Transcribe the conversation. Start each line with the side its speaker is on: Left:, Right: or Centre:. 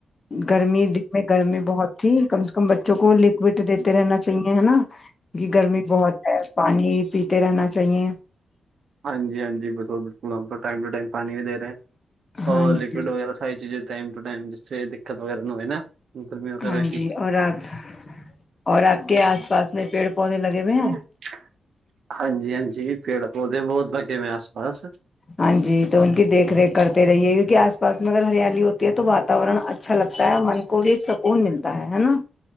Left: گرمی دن میں گرمی بہت تھی کم سے کم بچوں کو لکوڈ دیتے رہنا چاہیے ہے نا کی کہ گرمی بہت ہے پانی پیتے رہنا چاہیے
Right: ہاں جی ہاں جی بالکل بالکل ہم ٹائم ٹو ٹائم پانی بھی دے رہے ہیں
Left: ہاں
Right: اور لکوڈ
Left: جی
Right: وغیرہ ساری چیزیں ٹائم ٹو ٹائم جس سے دقت وغیرہ نہ ہوئے نا گرمی وغیرہ
Left: ہاں
Right: کی
Left: جی اور آپ اور آپ کے آس پاس میں پیڑ پودے لگے ہوئے ہیں
Right: <inaudible> ہاں جی ہاں جی پیڑ پودے بہت لگے ہوئےہیں آس پاس
Left: ہاں جی تو ان کی دیکھ ریکھ کرتے رہیے کیونکہ آس پاس میں اگر ہریالی ہوتی ہے تو واتاورن اچھا اچھا لگتا ہے من کو بھی ایک سکون ملتا ہے ہے نا